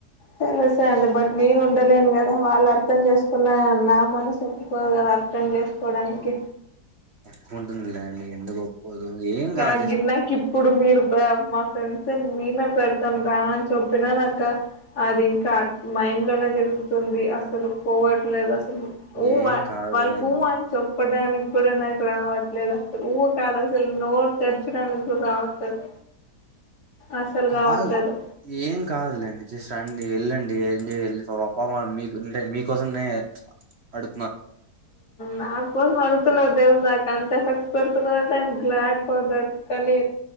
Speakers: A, on the left (about 75°); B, on the right (about 45°).
A: తెలుసా అండి బట్ నేను ఉండలేను కదా వాళ్ళు అర్థం చేసుకున్న నా మనసు ఒప్పుకోదు కదా అర్థం చేసుకోవడానికి
B: ఒప్పుకుంటుంగిది లే అండి ఎందుకు ఒప్పుకోదు ఏం కాదు
A: నాకు
B: జస్
A: నాకు ఇప్పుడు మీరు మా ఫ్రెండ్స్ మేమే పెడతాం రా అని చెప్పినా నాక అది ఇంకా మైండ్ లోనే తిరుగుతుంది అసలు పోవట్లేదు అస ఊ
B: ఏం కాదులేండి
A: వాళ్ళకి ఊ అని చెప్పు చెప్పడానికి కుడా నాకు రావట్లేదు ఊ కాదు అసలు నోరు తెర్చడానికి కూడా రావట్లేదు అస్సలు
B: కాదు
A: కావట్లేదు
B: ఏం కాదులేండి జస్ట్ అండి వెళ్ళండి ఎంజాయ్ పామా మీకంటే మీకోసమే అడు
A: నాకోసం వెళ్తున్నారు దేవదాక అంత ఎఫెక్ట్స్ పెడుతున్నారంటే ఐయామ్ గ్లాడ్ ఫర్ దట్ కానీ